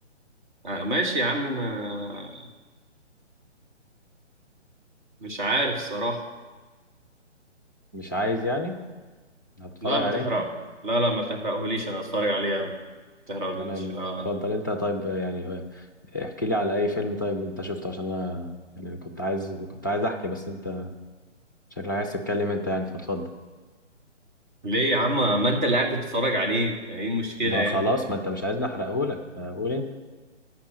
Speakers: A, on the right; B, on the left.
A: آه ماشي يا عم آه مش عارف الصراحه
B: مش عايز يعني هتتفرج
A: لا ما
B: عليه
A: تحرق
B: انت
A: لا لا ما تحرقهوليش انا هتفرج عليه يعني. ما تحرقهوليش
B: تمام
A: آه
B: اتفضل انت طيب يعني احكي لي على اي فيلم طيب انت شفته عشان انا يعني كنت عايز كنت عايز احكي بس انت شكلك عايز تتكلم انت يعني فاتفضل
A: ليه يا عم ما انت اللي قاعد بتتفرج عليه يعني ايه المشكله
B: ما
A: يعني
B: خلاص ما انت مش عايزني احرقه لك فقول انت